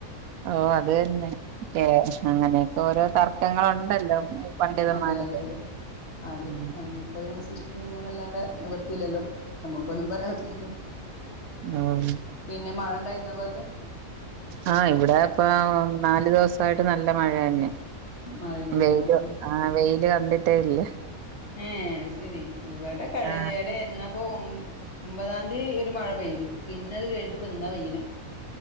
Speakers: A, on the right (about 80°); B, on the left (about 50°).
A: ഓഹ് അത് തന്നെ. ഏ അങ്ങനെയൊക്കെ ഓരോ തർക്കങ്ങളുണ്ടല്ലോ. പണ്ഡിതന്മാരുടെ
B: അതെ അതെ അതെ. അതെ
A: ഉം
B: ഞമ്മപ്പതിനൻസര്ച്ച്ട്ട് നീങ്ങാന്നല്ലാതെ നിവൃത്തില്ലല്ലോ. നിവർത്തിയില്ലല്ലോ നമുക്കൊന്നും പറയാൻ പറ്റില്ലല്ലൊ.
A: ഉം
B: പിന്നെ മഴണ്ടായ്ര്ന്നോ ആ ഭാഗത്ത്?
A: ആഹ് ഇവിടേ ഇപ്പോ നാലു ദിവസായിട്ട് നല്ല മഴ തന്നെ.
B: മഴയാണല്ലേ
A: വെയില്
B: ആ ആ.
A: ആഹ് വെയില് കണ്ടിട്ടേ ഇല്ല.
B: ഏഹ് അത് ശെരി. ഇവടെ കഴിഞ്ഞേടെ
A: ആ
B: എന്നാപ്പോ ഒം ഒമ്പതാംതി ഒരു മഴ പെയ്ത്. പിന്നെ അത് കഴ്ഞ്ഞ്ട്ട്പ്പന്നാ പെയ്യ്ണ്.